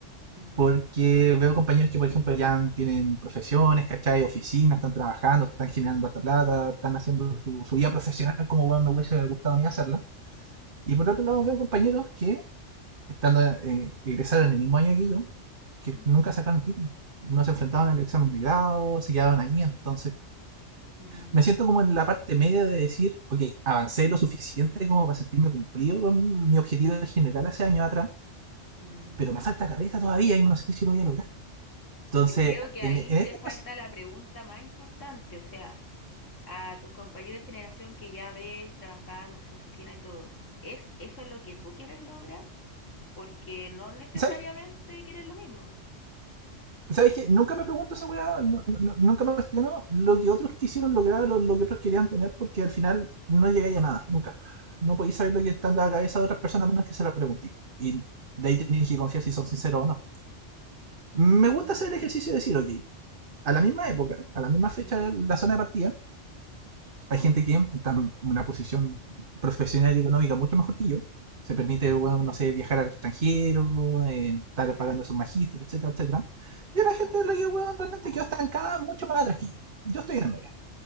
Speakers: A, on the left; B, on the right.
A: Mm.
B: porque veo compañeros que, por ejemplo, ya tienen profesiones, ¿cachai? Oficinas, están trabajando, están generando harta plata, están haciendo su, su vida profesional como bueno, me hubiese gustado a mí hacerla. Y por otro lado veo compañeros que, estando eh, egresaron en el mismo año que yo, que
A: Ujú.
B: nunca sacaron el título. No se enfrentaban al examen de grado, se quedaban ahí. Entonces,
A: Mm.
B: me siento como en la parte media de decir, ok, avancé lo suficiente como para sentirme cumplido con mi objetivo general hace años atrás,
A: Mm.
B: pero me falta careta todavía y no sé si lo voy a lograr. Entonces,
A: Yo creo que
B: en,
A: ahí
B: en
A: te
B: este
A: falta
B: proceso,
A: la pregunta más importante, o sea, a tus compañeros de generación que ya ves trabajando en su oficina y todo, ¿es eso lo que tú quieres lograr? Porque no necesariamente
B: ¿sabes qué?
A: quieres lo mismo.
B: ¿Sabes qué? Nunca me pregunto esa weá, no, no, no, nunca me cuestiono lo que otros quisieron lograr, lo, lo que otros querían tener, porque al final no llegáis a nada, nunca. No podéis saber lo que está en la cabeza de otras personas menos que se la preguntéis. Y de ahí tenéis que confiar si son sinceros o no. Me gusta
A: Mm,
B: hacer el ejercicio de decir, ok, a la misma época, a la misma fecha,
A: mm,
B: la zona de partida, hay gente que está en una posición profesional y económica mucho mejor que yo. Se permite,
A: ujú,
B: bueno, no sé, viajar al extranjero, eh, estar
A: claro.
B: pagando a sus magíster, etcétera, etcétera.
A: ujú,
B: Y la gente de la que, bueno, realmente quedó estancada mucho más atrás que yo. Yo estoy en el medio.